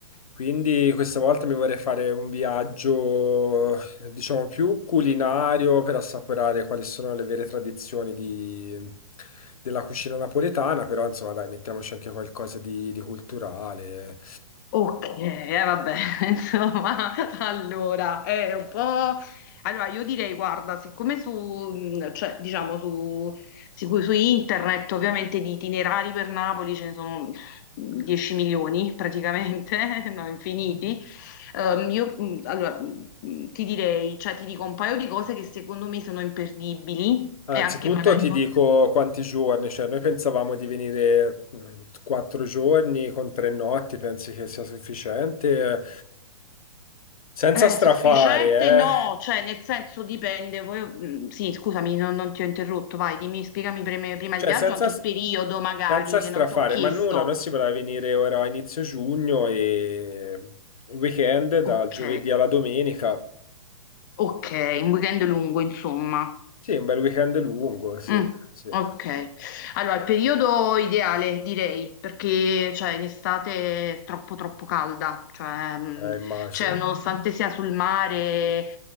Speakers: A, on the left; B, on the left.
A: quindi questa volta mi vorrei fare un viaggio, eh, diciamo, più culinario per assaporare quali sono le vere tradizioni di- della cucina napoletana, però insomma dai, mettiamoci anche qualcosa di, di culturale.
B: Ok, eh, vabbè, <laughs> insomma, allora, è un po'... Allora, io direi, guarda, siccome su, mh, cioè, diciamo, su, sicu- su internet ovviamente di itinerari per Napoli ce ne sono 10 milioni praticamente, <laughs> no, infiniti, ehm, io, mh, allora, mh, ti direi, cioè, ti dico un paio di cose che secondo me sono imperdibili
A: Anzitutto
B: e anche magari
A: ti
B: forse
A: dico quanti giorni, cioè noi pensavamo di venire mh, quattro giorni con tre notti, pensi che sia sufficiente? Senza
B: Eh,
A: strafare,
B: sufficiente
A: eh?
B: no, cioè nel senso dipende. voi- mm, sì, scusami, non, non ti ho interrotto. Vai, dimmi, spiegami prima, prima
A: Cioè,
B: il viaggio,
A: senza,
B: anche il periodo magari
A: senza strafare,
B: che non ti ho chiesto.
A: ma nulla, noi si vorrà venire ora a inizio giugno e il weekend dal
B: Ok,
A: giovedì alla domenica.
B: ok, un weekend lungo, insomma.
A: Sì, un bel weekend lungo, sì,
B: Mm,
A: sì,
B: ok, allora il periodo ideale direi perché cioè, in estate è troppo troppo calda, cioè, mm,
A: eh, immagino.
B: cioè, nonostante sia sul mare,